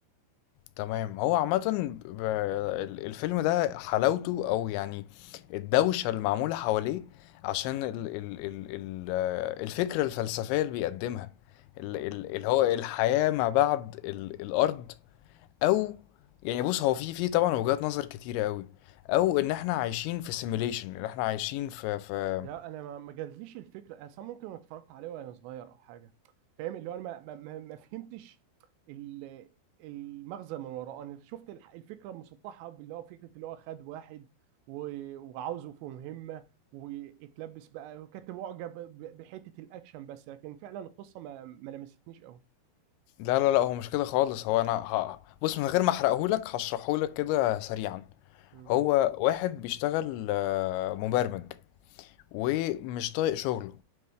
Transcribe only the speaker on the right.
آه.
ده انا ما ما جاتليش الفكره اصلا ممكن اتفرجت عليه وانا صغير او حاجه فاهم اللي هو انا ما, ما, ما ما فهمتش ال- المغزى من وراه انا شفت الح- الفكره المسطحه اللي هو فكره اللي هو خد واحد و- وعاوزه في مهمه واتلبس بقى وكنت معجب ب- بحته الاكشن بس لكن فعلا القصه ما ما لمستنيش قوي
مم.